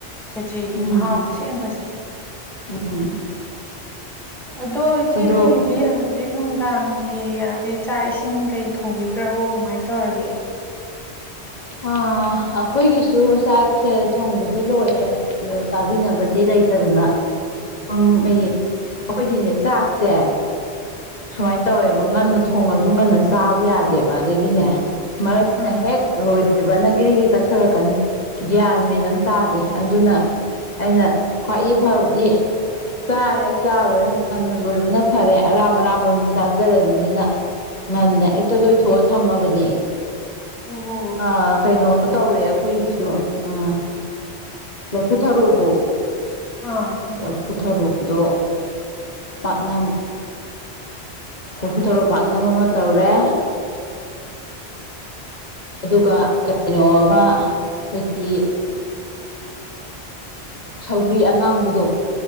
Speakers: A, in the centre; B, on the left (about 40°).
A: ꯈꯦꯆꯦꯒꯤ
B: ꯎꯝ
A: ꯃꯍꯥꯎ ꯑꯁꯦꯡꯕꯁꯦ
B: ꯎꯝ
A: ꯑꯗꯨꯗꯣ ꯏꯆꯦ
B: ꯑꯗꯣ
A: ꯍꯒꯗꯤ ꯍꯧꯖꯤꯛ ꯅꯨꯡꯗꯥꯡꯒꯤ ꯍꯥꯏꯗꯤ ꯆꯥꯛ ꯏꯁꯤꯡ ꯀꯩ ꯊꯣꯡꯕꯤꯈ꯭ꯔꯕꯣ ꯀꯃꯥꯏꯅ ꯇꯧꯔꯒꯦ
B: ꯑꯩꯈꯣꯏꯒꯤꯁꯨ ꯆꯥꯛꯁꯦ ꯊꯣꯡꯕꯗꯤ ꯂꯣꯏꯔꯦ ꯑꯗꯣ ꯆꯥꯕꯤꯅꯕꯗꯤ ꯂꯩꯇꯗꯅ ꯁꯨꯝ ꯑꯩ ꯑꯩꯈꯣꯏꯗꯤꯅꯦ ꯆꯥꯛꯁꯦ
A: ꯑꯣ
B: ꯁꯨꯃꯥꯏꯅ ꯇꯧꯋꯦꯕ ꯉꯟꯅ ꯊꯣꯡꯉꯁꯨ ꯉꯟꯅ ꯆꯥꯕ ꯌꯥꯗꯦꯕ ꯑꯗꯒꯤꯅꯦ ꯃꯔꯛ
A: ꯑꯥ
B: ꯍꯦꯛ ꯣꯏꯗꯣꯏꯔꯤꯕꯅꯒꯤꯔꯤꯒꯤ ꯇꯛꯁꯔꯛꯀꯅꯤ ꯒ꯭ꯌꯥꯟ ꯃꯦꯟ ꯑꯃ ꯇꯥꯗꯦ ꯑꯗꯨꯅ ꯑꯩꯅ ꯈ꯭ꯋꯥꯏꯗꯒꯤ ꯐꯕꯗꯤ ꯆꯥꯏꯔꯥ ꯆꯥꯕꯔꯥ ꯉꯟꯅ ꯂꯣꯏꯕꯅ ꯐꯔꯦ ꯑꯔꯥꯝ ꯑꯔꯥꯕ ꯃꯤ ꯆꯥꯖꯔꯅꯤꯅ ꯉꯟꯅ ꯍꯦꯛꯇ ꯂꯣꯏꯊꯣꯛꯑ ꯊꯝꯃꯕꯅꯦ
A: ꯍ ꯍꯣ
B: ꯑꯥ ꯀꯩꯅꯣ ꯇꯧꯋꯦ ꯑꯩꯈꯣꯏꯒꯤꯁꯨ ꯑꯥ ꯅꯐꯨꯊꯔꯣꯗꯣ
A: ꯑ
B: ꯂꯐꯨꯊꯔꯣꯗꯣ ꯄꯥꯛꯅ ꯂꯐꯨ ꯊꯔꯛ ꯄꯥꯛꯅꯝ ꯑꯃ ꯇꯧꯔꯦ ꯑꯗꯨꯒ ꯀꯩꯅꯣꯕ ꯑꯩꯈꯣꯏꯒꯤ ꯁꯧꯒ꯭ꯔꯤ ꯑꯉꯥꯡꯕꯗꯣ